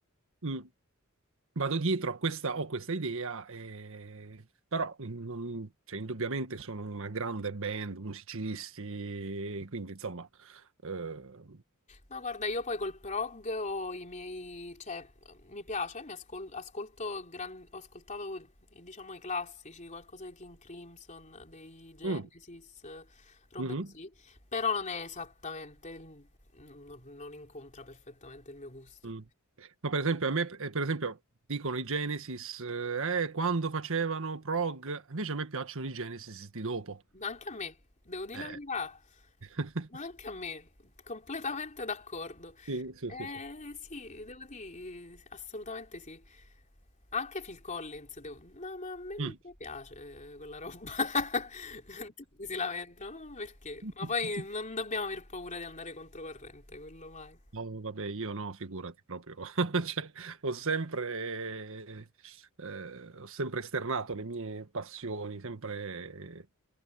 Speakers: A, on the right; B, on the left.
A: mm, vado dietro a questa, ho questa idea, eh, però mm, non- cioè, indubbiamente sono una grande band, musicisti, quindi insomma... eh,
B: No, guarda, io poi col prog ho i miei, cioè, mi piace, mi ascol- ascolto gran- ho ascoltato, diciamo, i classici, qualcosa di King Crimson, dei Genesis,
A: mm.
B: eh, robe
A: Mhm,
B: così, però non è esattamente il- non non incontra perfettamente il mio gusto.
A: mm. Ma per esempio, a me, eh, per esempio, dicono i Genesis, eh, eh, quando facevano prog, invece a me piacciono i Genesis di dopo.
B: Ma anche a me, devo dire
A: Eh.
B: la verità,
A: <laughs>
B: ma anche a me, completamente d'accordo.
A: Sì, sì,
B: Eh
A: sì, sì.
B: sì, devo dire, assolutamente sì. Anche Phil Collins, devo... ma, ma a me
A: Mm.
B: mi piace eh, quella roba. <laughs> Tutti si lamentano, ma perché?
A: <laughs>
B: Ma poi non dobbiamo aver paura di andare controcorrente, quello mai.
A: No, vabbè, io no, figurati proprio. <laughs> Cioè, ho sempre, eh, ho sempre esternato le mie passioni, sempre